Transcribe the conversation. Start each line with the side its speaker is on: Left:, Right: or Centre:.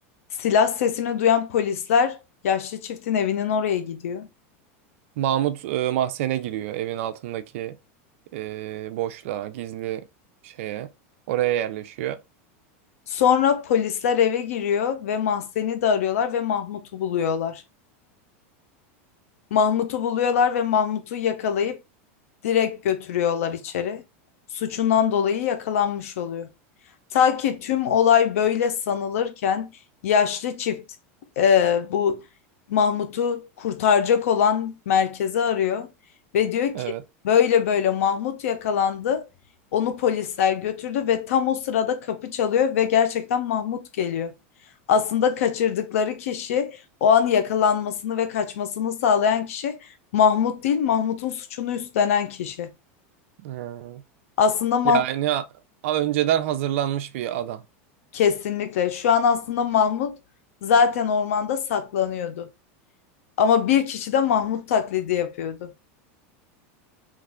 Left: Silah sesini duyan polisler yaşlı çiftin evinin oraya gidiyor.
Right: Mahmut e, mahzene giriyor. Evin altındaki e, boşluğa, gizli şeye. Oraya yerleşiyor.
Left: Sonra polisler eve giriyor ve Mahzen'i de arıyorlar ve Mahmut'u buluyorlar. Mahmut'u buluyorlar ve Mahmut'u yakalayıp direkt götürüyorlar içeri. Suçundan dolayı yakalanmış oluyor. Ta ki tüm olay böyle sanılırken yaşlı çift e, bu Mahmut'u kurtaracak olan merkezi arıyor ve diyor ki
Right: Evet.
Left: böyle böyle Mahmut yakalandı. Onu polisler götürdü ve tam o sırada kapı çalıyor ve gerçekten Mahmut geliyor. Aslında kaçırdıkları kişi o an yakalanmasını ve kaçmasını sağlayan kişi Mahmut değil, Mahmut'un suçunu üstlenen kişi.
Right: Hmm.
Left: Aslında Mahmut
Right: Yani a- önceden hazırlanmış bir adam.
Left: Kesinlikle. Şu an aslında Mahmut zaten ormanda saklanıyordu. Ama bir kişi de Mahmut taklidi yapıyordu.